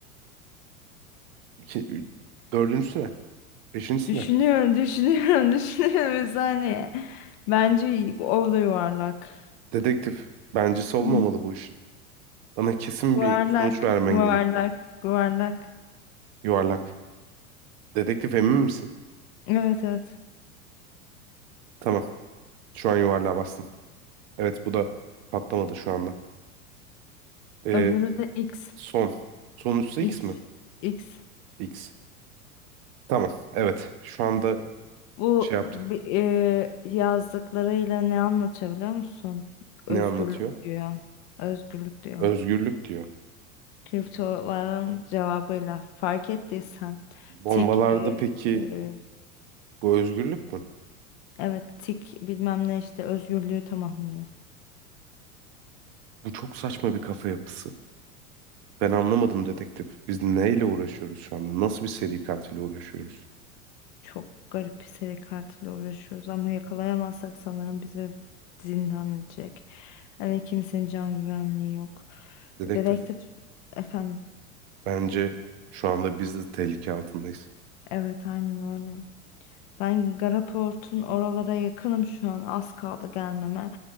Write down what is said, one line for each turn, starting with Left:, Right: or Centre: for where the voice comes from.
Right: İki, ü- dördüncüsü ne? Beşincisi
Left: Düşünüyorum,
Right: ne?
Left: düşünüyorum, <laughs> düşünüyorum bir saniye. Bence o da yuvarlak.
Right: Dedektif. Bencesi olmamalı
Left: Hmm.
Right: bu iş. Bana kesin
Left: Yuvarlak,
Right: bir sonuç vermen
Left: yuvarlak,
Right: gerekiyor.
Left: yuvarlak.
Right: Yuvarlak. Dedektif emin misin?
Left: Evet evet.
Right: Tamam. Şu an yuvarlığa bastım. Evet bu da patlamadı şu anda. Ee,
Left: Öbürü de X.
Right: son. Sonuncusu X
Left: X.
Right: mi?
Left: X.
Right: X. Tamam. Evet. Şu anda
Left: Bu
Right: şey yaptı.
Left: bi- e, yazdıklarıyla ne anlatıyor biliyor musun? Özgürlük
Right: Ne anlatıyor?
Left: diyor. Özgürlük diyor.
Right: Özgürlük diyor.
Left: Kriptoların cevabıyla fark ettiysen
Right: Bombalarda
Left: tik e,
Right: peki
Left: e,
Right: bu özgürlük mü?
Left: evet tik bilmem ne işte özgürlüğü tamamlıyor.
Right: Bu çok saçma bir kafa yapısı. Ben anlamadım dedektif. Biz neyle uğraşıyoruz şu anda? Nasıl bir seri katille uğraşıyoruz?
Left: Çok garip bir seri katille uğraşıyoruz ama yakalayamazsak sanırım bizi zindan edecek. Hani kimsenin can güvenliği yok.
Right: Dedektif.
Left: Dedektif efendim.
Right: Bence şu anda biz de tehlike altındayız.
Left: Evet aynen öyle. Ben Garaport'un oralara yakınım şu an. Az kaldı gelmeme.